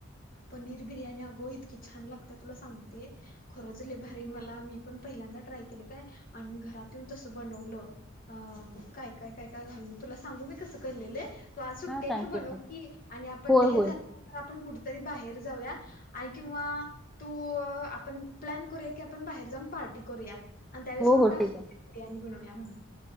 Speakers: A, on the left; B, in the centre.
A: पनीर बिर्याणी अगो इतकी छान लागते, तुला सांगते, खरंच लय भारी मला मी पण पहिल्यांदा ट्राय केलं, काय आणि मी घरात येऊन तसं बनवलं. अअ काय काय काय काय घालून तुला सांगू मी, कस करलेलं. तू आज सुट्टी
B: हा सांगते
A: हाय तर बनव
B: सांग
A: की, आणि आपण
B: होय
A: हे
B: होय
A: झाल्या नंतर आपण कुट बाहेर जाऊया, आणि किंवा आ तू अ आपण प्लॅन करूया की, आपण बाहेर जाऊन पार्टी करूया. आणि त्यावेळेस
B: हो
A: मग
B: हो
A: का
B: ठीक
A: <unintelligible> पण
B: आहे
A: बिर्याणी बनवूया बनव.